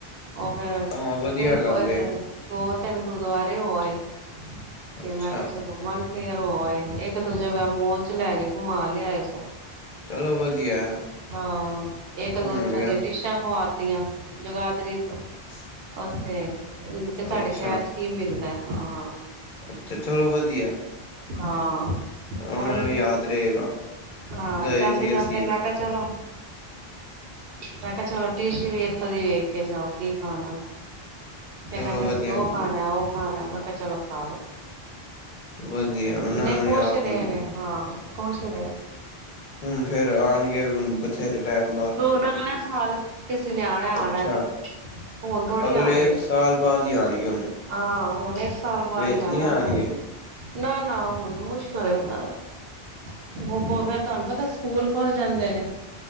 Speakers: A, on the right (about 70°); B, on the left (about 55°).
A: ਉਹ ਫਿਰ,
B: ਹਾਂ ਵਧੀਆ
A: ਟਰਿਪ
B: ਗੱਲ
A: ਇੱਥੇ
B: ਏ
A: ਦੋ-ਤਿੰਨ ਗੁਰਦੁਆਰੇ ਹੋ ਆਏ, ਤੇ
B: ਅੱਛਾ
A: ਮੈਂ ਕਿਹਾ ਚਲੋ ਫੇਰ ਹੋ ਆਏ ਇੱਕ-ਦੋ ਜਗ੍ਹਾ ਮੋਲ ਚ ਲੈ ਕੇ ਘੁਮਾ ਲਿਆਏ।
B: ਚਲੋ ਵਧੀਆ
A: ਹਾਂ ਇੱਕ-ਦੋ
B: ਘੁੰਮ
A: ਇੱਥੋਂ
B: ਲਿਆ
A: ਦੀਆਂ ਡਿਸ਼ਾਂ ਖਵਾ ਤੀਆਂ। ਜਗਾਦਰੀ ਤੇ
B: <unintelligible>
A: ਉਥੇ, ਸਾਡੇ
B: ਅੱਛਾ
A: ਸ਼ਹਿਰ ਚ ਕੀ ਮਿਲਦਾ ਹਾਂ।
B: ਅੱਛਾ ਚਲੋ ਵਧੀਆ।
A: ਹਾਂ
B: ਉਹਨਾਂ
A: ਉਹੀ
B: ਨੂੰ
A: ਨਾ,
B: ਯਾਦ ਰਹੇਗਾ
A: ਹਾਂ
B: ਗਏ
A: ਜਾਂਦੇ-ਜਾਂਦੇ
B: ਸੀ ਅਸੀਂ
A: ਮੈਂ ਕਿਹਾ ਚਲੋ। ਮੈਂ ਕਿਹਾ ਚਲੋ ਡਿਸ਼ ਵੀ ਇੱਥੋਂ ਦੀ ਵੇਖ ਕੇ ਜਾਓ ਕੀ ਖਾਣਾ। ਇਹ
B: ਚਲੋ
A: ਕਹਿੰਦੇ
B: ਵਧੀਆ
A: ਅਸੀਂ ਉਹ
B: ਜੀ
A: ਖਾਣਾ ਉਹ ਖਾਣਾ ਮੈਂ ਕਿਹਾ ਚਲੋ ਖਾ ਲੋ।
B: ਵਧੀਆ। ਉਹਨਾਂ
A: ਨਹੀਂ
B: ਨੂੰ
A: ਖੁਸ਼
B: ਆਸ
A: ਹੀ ਰਹੇ
B: ਹੁੰਦੀ
A: ਨੇ ਹਾਂ ਖੁਸ਼ ਹੀ ਰਹੇ ਨੇ।
B: ਹੁਣ ਫੇਰ ਆਣਗੇ ਹੁਣ ਬਥੇਰੇ ਟੈਮ ਬਾਅਦ,
A: ਹੁਣ ਅਗਲੇ ਸਾਲ ਕਿਸੇ ਨੇ ਆਣਾ ਆਣਾ
B: ਅੱਛਾ।
A: ਤੇ ਹੁਣ ਥੋੜ੍ਹੀ
B: ਅਗਲੇ
A: ਆਣਗੇ
B: ਇੱਕ ਸਾਲ ਬਾਅਦ ਹੀ ਆਣਗੇ ਹੁਣ।
A: ਹਾਂ ਹੁਣ ਇੱਕ ਸਾਲ ਬਾਅਦ
B: ਵਿੱਚ
A: ਹੀ
B: ਨਹੀਂ
A: ਆਨਾ
B: ਆਉਣਗੇ
A: ਉਹਨਾਂ ਨੇ, ਨਾ-ਨਾ ਹੁਣ ਮੁਸ਼ਕਲ ਉਹਨਾਂ ਦਾ। ਉਹ ਫੇਰ ਤੁਹਾਨੂੰ ਪਤਾ ਸਕੂਲ ਖੁੱਲ ਜਾਂਦੇ ਨੇ,